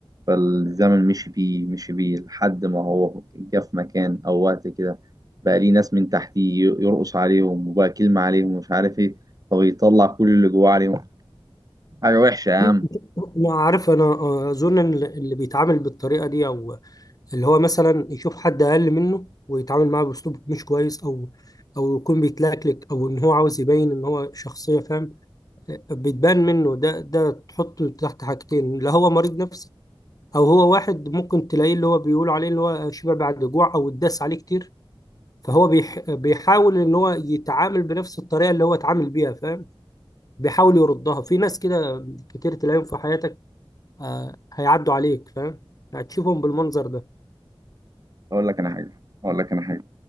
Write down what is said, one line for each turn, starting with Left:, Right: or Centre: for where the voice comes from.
Right: فالزمن مشي بيه مشي بيه لحد ما هو جه في مكان أو وقت كده بقى ليه ناس من تحتيه يرقص عليهم وبقى كلمة عليهم ومش عارف إيه فبيطلع كل اللي جواه عليهم حاجة وحشة يا عم
Left: <clears throat> انا عارف انا آه، اظن إن اللي بيتعامل بالطريقه دي او اللي هو مثلا يشوف حد اقل منه ويتعامل معاه باسلوب مش كويس او او يكون بيتلكلك او ان هو عاوز يبين ان هو شخصيه فاهم بتبان منه ده ده تحطه تحت حاجتين لا هو مريض نفسي او هو واحد ممكن تلاقيه اللي هو بيقولوا عليه اللي هو شبع بعد جوع او اتداس عليه كتير فهو بيح بيحاول ان هو يتعامل بنفس الطريقه اللي هو اتعامل بيها فاهم بيحاول يردها في ناس كده كتير تلاقيهم في حياتك آه هيعدوا عليك فاهم هتشوفهم بالمنظر ده
Right: أقول لك أنا حاجة أقول لك أنا حاجة